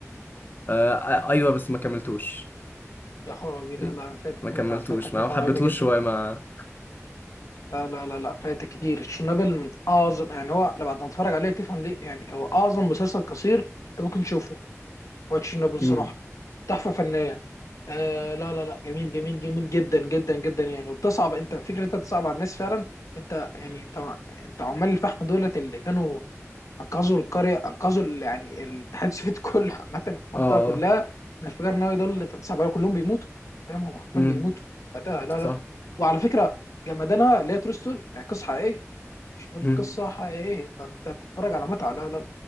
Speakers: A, on the left (about 40°); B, on the left (about 80°).
A: آه آه، ايوه بس ما كملتوش
B: يا خرابي لا
A: إيه،
B: لا فاتك
A: ما كملتوش
B: متعة فاتك
A: ما
B: متعة
A: حبيتهوش
B: رهيبة جدا
A: شويه ما
B: لا لا لا لا فاتك كتير تشيرنوبل من اعظم يعني هو لما تتفرج عليه تفهم ليه يعني هو اعظم مسلسل قصير انت ممكن تشوفه هو تشيرنوبل الصراحة
A: امم
B: تحفة فنية آه لا لا لا جميل جميل جميل جدا جدا جدا يعني وبتصعب انت الفكره انت بتصعب على الناس فعلا انت يعني انت انت عمال الفحم دولت اللي كانوا انقذوا القريه انقذوا ال- يعني الاتحاد السوفيتي <laughs> كله عامه المنطقه
A: اه اه
B: كلها من الانفجار النووي دول اللي انت بتصعب عليهم كلهم بيموتوا فاهم هم حرفيا
A: امم
B: بيموتوا وقتها لا لا
A: صح
B: وعلى فكره جمدانها اللي هي ترو ستوري يعني قصه حقيقيه مش
A: امم
B: قصه حقيقيه فانت بتتفرج على متعه لا لا لا.